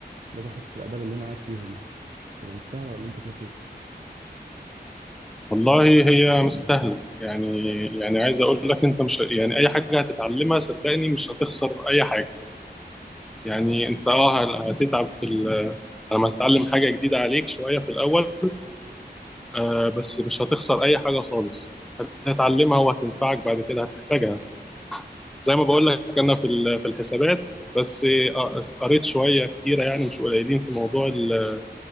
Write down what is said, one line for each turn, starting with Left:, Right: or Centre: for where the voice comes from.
Right: بدل حته الاداب اللي انا قاعد فيها دي تبقى مستاهله ولا انت شايف ايه؟
Centre: والله هي مستاهله يعني يعني عايز اقول لك انت مش يعني اي حاجه هتتعلمها صدقني مش هتخسر اي حاجه يعني
Right: صح
Centre: انت اه هل- هتتعب في ال- لما تتعلم حاجه جديده عليك شويه في الاول آه بس مش هتخسر اي حاجه خالص هتتعلمها وهتنفعك بعد كده هتحتاجها زي ما بقول لك انا في ال- في الحسابات بس آه، قريت شويه كتيره يعني مش قليلين في موضوع ال-